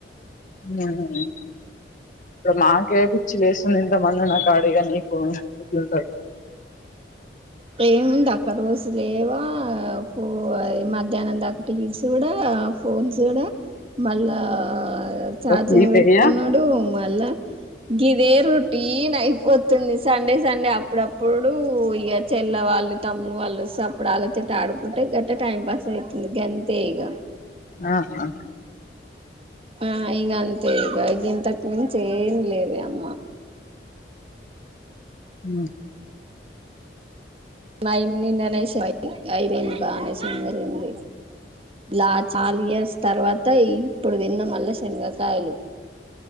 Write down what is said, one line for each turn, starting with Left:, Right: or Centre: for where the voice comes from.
Left: మ్మ్ ఇప్పుడు మాకే పిచ్చి లేస్తుంది ఇంత మందు నా కాడగా నీకు ఎట్లుంటది
Right: ఏముంది అక్క రోజు లేవా పో ఆ మధ్యాహ్నం దాకా రీల్స్ చూడ ఫోన్స్ చూడ మళ్ళా ఛార్జింగ్
Left: ఆ స్లీపేయ
Right: పెట్టుకున్నాడు మళ్ళా గిదే రొటీన్ అయిపోతుంది సండే సండే అప్పుడప్పుడు ఇగ చెల్ల వాళ్ళు తమ్ములు వాళ్ళు సప్పుడు ఆలోచట ఆడుకుంటే గట్ట టైం పాస్ అయితుంది గంతే ఇగ
Left: ఆహా
Right: ఆ ఇగ అంతే ఇగా ఇంతకు మించి ఏం లేదే అమ్మ
Left: అ
Right: మై నిన్ననే అయి పోయింది బానే సింగరేణిది లాస్ చాల ఇయరస్ స్ తర్వాత ఇప్పుడు తిన్న మళ్ళ శనగ కాయలు